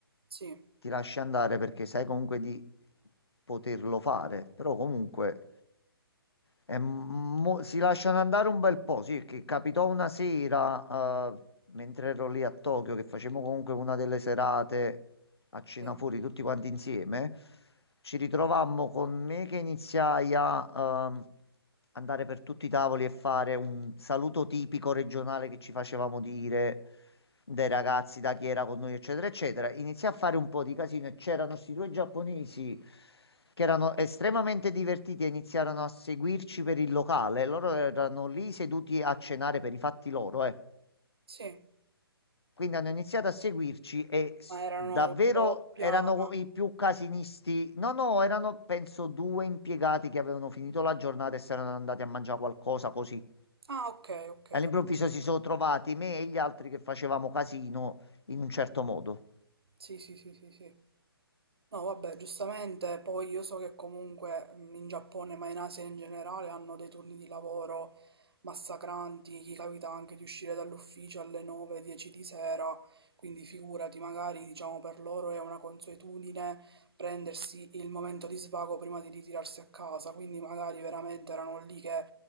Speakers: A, on the right (about 75°); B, on the left (about 85°).
A: Sì,
B: ti lasci andare perché sai comunque di poterlo fare, però comunque. E mo- si lasciano andare un bel po', sì, che capitò una sera, eh, mentre ero lì a Tokyo, che facevamo comunque una delle serate a cena
A: sì,
B: fuori tutti quanti insieme, ci ritrovammo con me che iniziai a, ehm, andare per tutti i tavoli e fare un saluto tipico regionale che ci facevamo dire dai ragazzi, da chi era con noi, eccetera, eccetera. Iniziai a fare un po' di casino e c'erano questi due giapponesi che erano estremamente divertiti e iniziarono a seguirci per il locale. Loro erano lì seduti a cenare per i fatti loro, eh.
A: sì.
B: Quindi hanno iniziato a seguirci e s-
A: Ma erano
B: davvero
A: una coppia.
B: erano i più casinisti. No, no, erano penso due impiegati che avevano finito la giornata e si erano andati a mangiare qualcosa così.
A: Ah, ok, ok.
B: All'improvviso
A: cap-
B: si sono trovati me e gli altri che facevamo casino in un certo modo.
A: Sì, sì, sì, sì, sì. No, vabbè, giustamente, poi io so che comunque mh, in Giappone, ma in Asia in generale, hanno dei turni di lavoro massacranti, chi capita anche di uscire dall'ufficio alle 9, 10 di sera, quindi figurati, magari diciamo per loro è una consuetudine prendersi il momento di svago prima di ritirarsi a casa, quindi magari veramente erano lì che